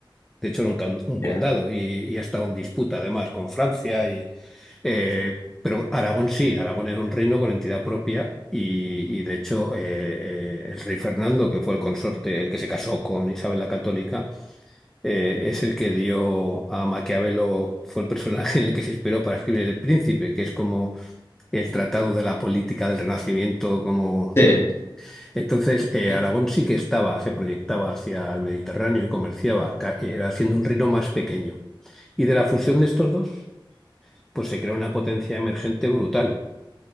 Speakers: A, in the centre; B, on the left (about 30°).
A: De hecho, era un, con- un
B: ya.
A: condado y, y ha estado en disputa además con Francia. Y, eh, pero Aragón sí, Aragón era un reino con entidad propia y, y, de hecho eh, eh, el rey Fernando, que fue el consorte, el que se casó con Isabel la Católica, eh, es el que dio a Maquiavelo, fue el personaje en el que se inspiró para escribir El Príncipe, que es como el Tratado de la Política del Renacimiento como
B: Sí,
A: el- Entonces, eh,
B: c-
A: Aragón sí que estaba, se proyectaba hacia el Mediterráneo y comerciaba, ca- era haciendo un reino más pequeño. Y de la fusión de estos dos, pues se crea una potencia emergente brutal.